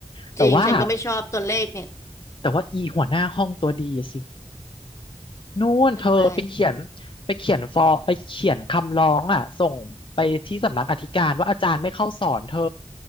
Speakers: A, on the left; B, on the left.
A: แต่ว่า
B: จริงฉันก็ไม่ชอบตัวเลขเนี่ย
A: แต่ว่าอีหัวหน้าห้องตัวดีสิ นู่นเธอไปเขียน
B: ทำไม
A: ไปเขียนฟอร์ไปเขียนคำร้องอ่ะส่งไปที่สำนักอธิการว่าอาจารย์ไม่เข้าสอนเธอ